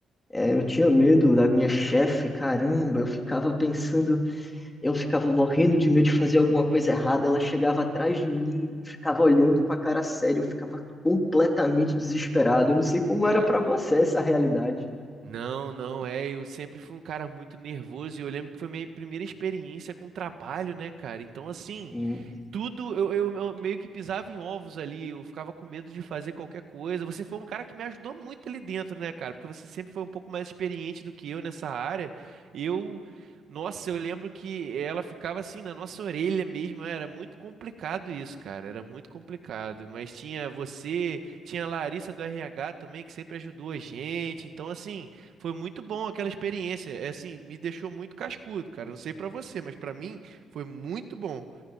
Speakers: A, on the left; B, on the right.
A: É, eu tinha medo da minha chefe, caramba. Eu ficava pensando, Eu ficava morrendo de medo de fazer alguma coisa errada. Ela chegava atrás de mim, ficava olhando com a cara séria. Eu ficava completamente desesperado. Eu não sei como
B: Caramba.
A: era pra você essa realidade.
B: Não, não, é. Eu sempre fui um cara muito nervoso e eu lembro que foi minha primeira experiência com trabalho, né, cara? Então, assim.
A: Sim.
B: Tudo, eu, eu- eu meio que pisava em ovos ali, eu ficava com medo de fazer qualquer coisa. Você foi um cara que me ajudou muito ali dentro, né, cara? Porque você sempre foi um pouco mais experiente do que eu nessa área. Eu, nossa, eu lembro que ela ficava assim na nossa orelha mesmo, era muito complicado isso, cara, era muito complicado. Mas tinha você, tinha a Larissa do RH também, que sempre ajudou a gente. Então, assim, foi muito bom aquela experiência. É, assim, me deixou muito cascudo, cara. Não sei pra você, mas pra mim foi muito bom.